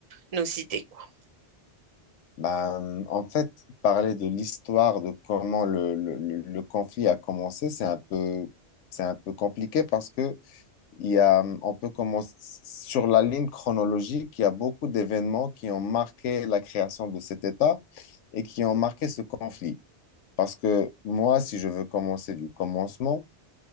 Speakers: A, on the right; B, on the left.
A: nos idées, quoi.
B: Ben, en fait, parler de l'histoire de comment le, le, le- le conflit a commencé, c'est un peu, c'est un peu compliqué parce que il y a, on peut commencer sur la ligne chronologique, il y a beaucoup d'événements qui ont marqué la création de cet État et qui ont marqué ce conflit. Parce que moi, si je veux commencer du commencement,